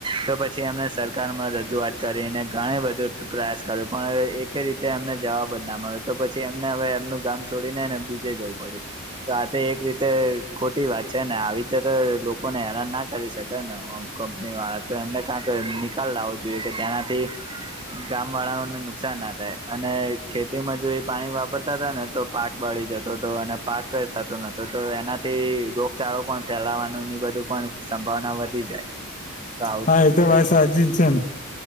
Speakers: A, on the right; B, on the left.
A: તો પછી એમને સરકારમાં રજૂઆત કરીને ઘણી બધું પ્રયાસ કર્યો પણ એક રીતે એમને જવાબ જ ના મળે તો પછી એમને હવે એમનું ગામ છોડીને ને બીજે જવું પડ્યું. તો આ તો એક રીતે ખોટી વાત છે ને આવી રીતે તો લોકોને હેરાન ના કરી શકે નેમ. કંપની વાળા તો એમને ક નિકાલ લાવવો જોઈએ કે જેનાથી. ગામ વાળાઓને નુકસાન ના થાય. અને ખેતીમાં જો એ પાણી વાપરતા હતા ને તો પાક બળી જતો હતો અને પાક થતો નથીતો. તો એનાથી રોગચાળો પણ ફેલાવાનું ની બધું પણ સંભાવના વધી જાય. તો આવું
B: હા એ તો ભાઈ સાજી જ છે ને.